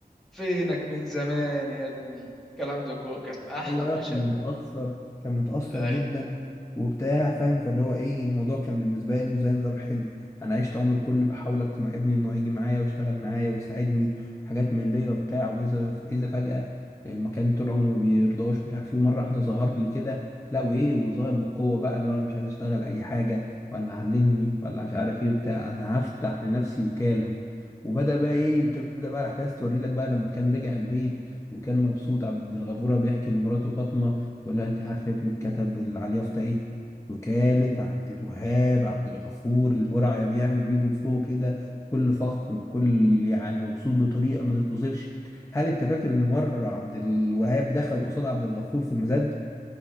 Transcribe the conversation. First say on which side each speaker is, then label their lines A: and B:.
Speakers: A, in the centre; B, on the left.
A: فينك من زمان يا ابني الكلام ده كو- كانت احلى
B: ايوه ايوه
A: مشهد
B: كان متأثر كان متأثر
A: ايوه
B: جدا وبتاع فاهم فاللي هو ايه الموضوع كان بالنسبة له زي نظام حلم انا عشت عمري كله بحاول اقنع ابني انه يجي معايا ويشتغل معايا ويساعدني حاجات من دي وبتاع واذا اذا فجأة ما كان طول عمره ما بيرضاش مش عارف ايه ومرة واحدة ظهر لي كده لا وايه وظهر بقوة بقى اللي هو انا مش عايز اشتغل اي حاجة ولا علمني ولا مش عارف ايه وبتاع انا هفتح لنفسي وكالة وبدأ بقى ايه تبدأ بقى الاحداث توري لك بقى لما كان رجع البيت وكان مبسوط عبد الغفور وهو بيحكي لمراته فاطمة ولا انت عارفة ابني اتكتب على اليافطة ايه وكالة عبد الوهاب عبد الغفور البرعي بيعمل بيده لفوق كده بكل فخر بكل يعني مبسوط بطريقة ما تتوصفش هل انت فاكر ان مرة عبد الوهاب دخل قصاد عبد الغفور في مزاد